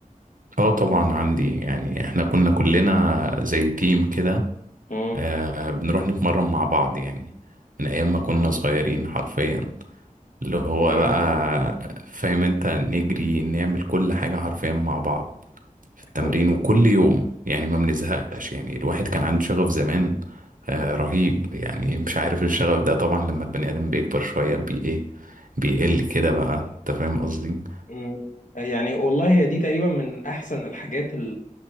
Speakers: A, on the right; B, on the left.
A: اه طبعا عندي يعني احنا كنا كلنا زي تيم كده
B: مم.
A: آه بنروح نتمرن مع بعض يعني من أيام ما كنا صغيرين حرفيا اللي هو
B: اوكي
A: بقى فاهم انت نجري نعمل كل حاجة حرفيا مع بعض في التمرين
B: أو-
A: وكل يوم يعني ما بنزهقش يعني الواحد كان عنده شغف زمان آه رهيب يعني مش عارف إيه الشغف ده طبعا لما البني آدم بيكبر شوية بي ايه بيقل كده بقى انت فاهم قصدي
B: مم. يعني والله هي دي تقريبا من احسن الحاجات